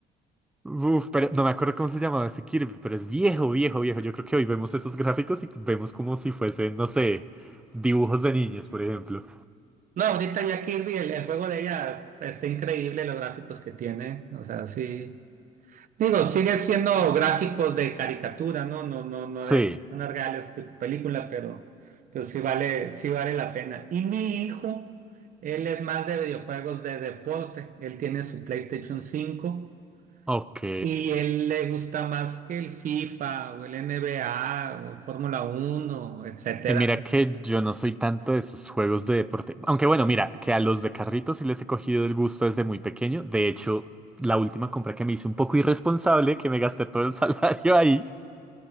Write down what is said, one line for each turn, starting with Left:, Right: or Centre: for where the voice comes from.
Centre: Uf, pero no me acuerdo cómo se llamaba ese Kirby, pero es viejo, viejo, viejo. Yo creo que hoy vemos esos gráficos y vemos como si fuesen, no sé, dibujos de niños, por ejemplo.
Right: No, ahorita ya Kirby, el, el juego de ella está increíble, los gráficos que tiene. O sea, sí. Digo, sigue siendo gráficos de caricatura, ¿no? No, no, no
Centre: Sí,
Right: de unas reales tipo película, pero, pero sí vale, sí vale la pena. Y mi hijo, él es más de videojuegos de deporte. Él tiene su PlayStation cinco
Centre: ok.
Right: Y él le gusta más que el FIFA o el NBA o Fórmula Uno, etcétera.
Centre: Y mira que yo no soy tanto de esos juegos de deporte. Aunque bueno, mira, que a los de carritos sí les he cogido el gusto desde muy pequeño. De hecho, la última compra que me hice un poco irresponsable, que me gasté todo el <laughs> salario ahí.